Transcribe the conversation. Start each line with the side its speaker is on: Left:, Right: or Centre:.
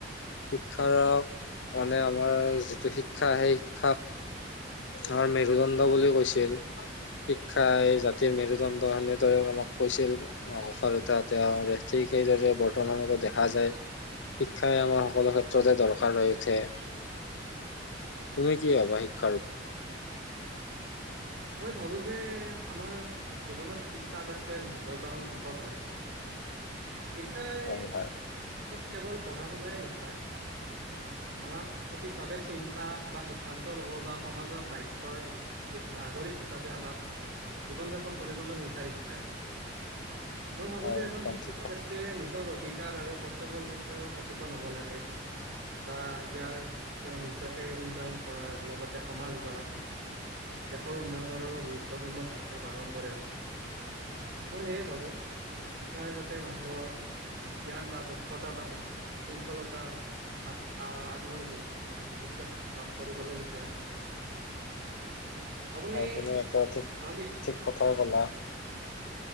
Left: শিক্ষাৰ- মানে আমাৰ যিটো শিক্ষা, সেই শিক্ষাক আমাৰ মেৰুদণ্ড বুলিও কৈছিল। শিক্ষাই
Right: অ
Left: জাতিৰ মেৰুদণ্ড হ'লে দৰে আমাক কৈছিল ককা-দেউতাহঁতে আৰু ঠিক সেইদৰে বৰ্তমানতো দেখা যায়। শিক্ষাই আমাৰ সকলো ক্ষেত্ৰতে
Right: অ',
Left: দৰকাৰ হৈ উঠে। তুমি কি ভবা শিক্ষ
Right: অ'। মই ভাবো যে আমাৰ জীৱনত শিক্ষা আটাইতকৈ এক মূল্যবান সম্পদ হয়। শিক্ষাই
Left: হয় হয়
Right: কেৱল পঢ়া শুনাই নিশায়। আমাক সঠিক ভাৱে চিন্তা বা সিদ্ধান্ত ল'ব বা। সমাজৰ দায়িত্বৰ নাগৰিক হিচাপে আমাক জীৱন - যাপন কৰিবলৈ শিকায় শিক্ষাই। মই ভাবো
Left: হয়
Right: যে এজন
Left: একদম
Right: শিক্ষিত
Left: ঠিক কথা
Right: ব্যক্তিয়ে নিজৰ অধিকাৰ আৰু কৰ্তব্যৰ বিষয়েও সচেতন হ'ব লাগে। বা ইয়াৰ তেওঁ নিজকে উন্নয়ন কৰাৰ লগতে সমাজ বা দেশৰ উন্নয়নৰো গুৰুত্বপূৰ্ণ ভূমিকা পালন কৰে। মই সেয়ে ভাবো শিক্ষাই যা তে মানুহৰ জ্ঞান বা দক্ষতা বা শৃংখলতা আ আত্মাৰ ভিৰ বিশ্বাস লাভ কৰিবলৈ শিকায়। আপুনি
Left: হয়, তুমি একেবাৰে ঠিক
Right: ভাল শিক
Left: ঠিক কথাই ক'লা।